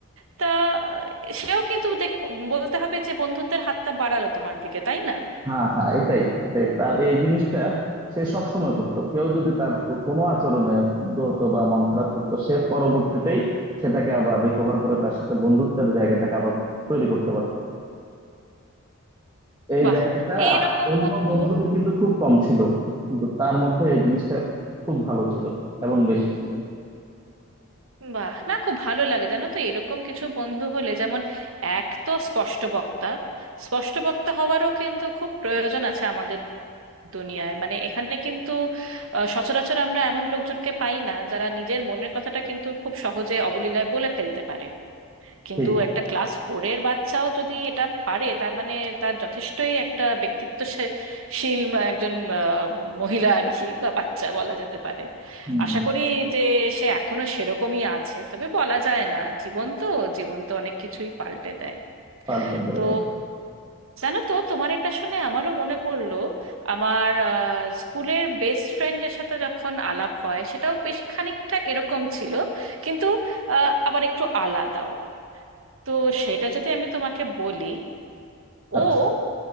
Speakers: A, on the right; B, on the right.
A: তা আহ, সেও কিন্তু দেখ বলতে হবে যে বন্ধুত্বের হাতটা বাড়ালো তোমার দিকে তাই না
B: হ্যাঁ হ্যাঁ এটাই এটাই তার এই জিনিসটা সে সব সময় করতো কেউ যদি তার কো- কোনো আচরণে ক্ষুব্ধ হতো বা মন খারাপ করতো সে পরবর্তীতেই সেটাকে আবার রিকভার করে তার সাথে বন্ধুত্বের জায়গাটাকে আবার তৈরি করতে পারতো এই
A: বাহ
B: জায়গাটা
A: এইরকম
B: আমার অন্য
A: বন্ধু
B: বন্ধুদের কিন্তু খুব কম ছিল কিন্তু তার মধ্যে এই জিনিসটা খুব ভালো ছিল এবং বেশি ছিল
A: বাহ না খুব ভালো লাগে জানো তো এরকম কিছু বন্ধু হলে যেমন এক তো স্পষ্ট বক্তা স্পষ্ট বক্তা হওয়ারও কিন্তু খুব প্রয়োজন আছে আমাদের দুনিয়ায় মানে এখানে কিন্তু আহ, সচরাচর আমরা এমন লোকজনকে পাই না যারা নিজের মনের কথাটা কিন্তু খুব সহজে অবলীলায় বলে ফেলতে পারে কিন্তু
B: ঠিক
A: একটা ক্লাস ফোরের বাচ্চাও যদি এটা পারে তার মানে তার যথেষ্টই একটা ব্যক্তিত্বশীল মা- একজন আহ, মহিলা আর কি বা বাচ্চা বলা যেতে পারে
B: হম
A: আশা করি যে সে এখনো সেরকমই আছে তবে বলা যায় না জীবন তো জীবন তো অনেক কিছুই পাল্টে দেয়
B: পাল্টে দেয়
A: তো জানো তো তোমার এটা শুনে আমারও মনে পড়লো আমার আহ, স্কুলের বেস্ট ফ্রেন্ডের সাথে যখন আলাপ হয় সেটাও বেশ খানিকটা এরকম ছিল কিন্তু আহ, আবার একটু আলাদাও তো সেটা যদি আমি তোমাকে বলি ও
B: আচ্ছা